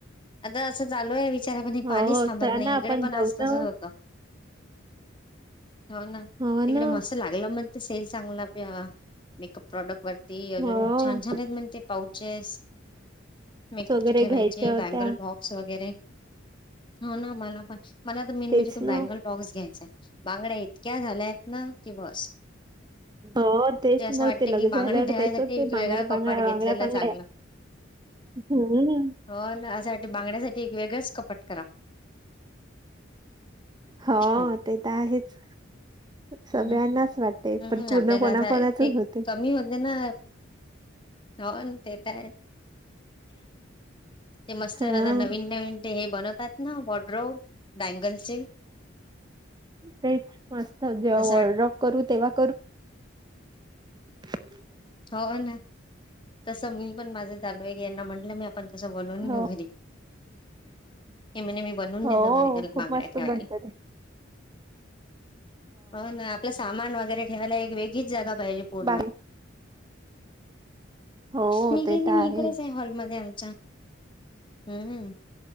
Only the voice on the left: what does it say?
आता.. असं चालू आहे विचारा पण हे पाणीच
थांबत
नाही
इकडे
पण आज
तसच
होतं. हो ना
तिकडे
मस्त लागलं मग ते सेल चांगला प मेकअप. प्रॉडक्ट वरती अजून
छान छान आहेत म्हण ते पाऊचेस.. मेकअप
चे ठेवायचे
बँगल बॉक्स वगैरे.. हो ना मला पण मला तर मेन
म्हणजे तो
बँगल बॉक्स घ्यायचाय. बांगड्या इतक्या झाल्या आहेत ना की बस.
ते असं
वाटत
कि
बांगड ठेवायसाठी
एक
वेगळा...
कपाट घेतलेला
चांगलं
हो ना अस बांगड्यासाठी वेग.. ग कपट करा.
हं.
हं.
हं.
आपल्याला
असं ते
कमी होते ना हो तेेत हायच. ते मस्त
आता नवीन नवीन ते हे बनवतात ना वॉर्ड्रोब बँगलचे.
तसं
हो ना तसं मी पण माझं चालू हाय गे यांना म्हटलं मी आपण तसं बोलवून
घेऊ घरी मने मी बनवून
देतो म ग
बांगड्या
ठेवायला
हो ना आपलं सामान वगैरे ठेवायला एक वेगळीच जागा पाहिजे पूर्ण
मी
गेली
मी इकडेच आहे हॉलमध्ये आमच्या हम्म